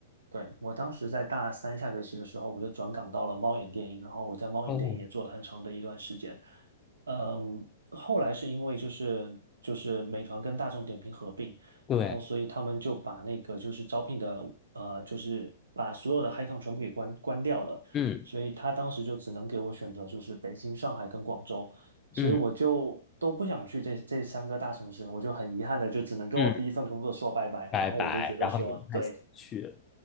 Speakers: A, on the right; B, on the left.
A: 对，我当时在大三下学期的时候，我就转岗到了猫眼电影，然后我在猫眼电影也做了很长的一段时间。
B: 哦，
A: 嗯，后来是因为就是就是美团跟大众点评合并，
B: 对，
A: 然后所以他们就把那个就是招聘的呃，就是把所有的 HiCom 全部给关关掉了，
B: 嗯
A: 所以他当时就只能给我选择就是北京、上海跟广州，所以我就都不想去这这三个大城市，
B: 嗯
A: 我就很遗憾的就只能跟我第一份工作说拜拜，
B: 嗯，拜拜，
A: 然后我就觉得说，
B: 然后你们太想去
A: 对，